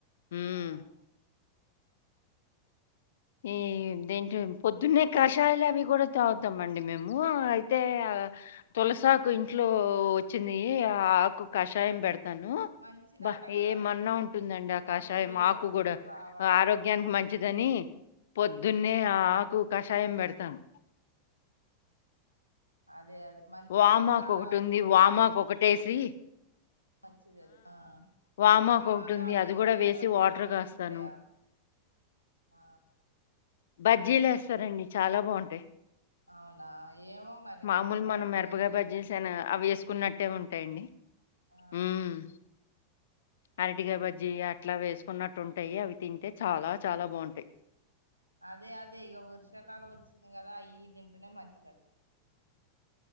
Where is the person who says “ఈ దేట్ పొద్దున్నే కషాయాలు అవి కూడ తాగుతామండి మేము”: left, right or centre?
Left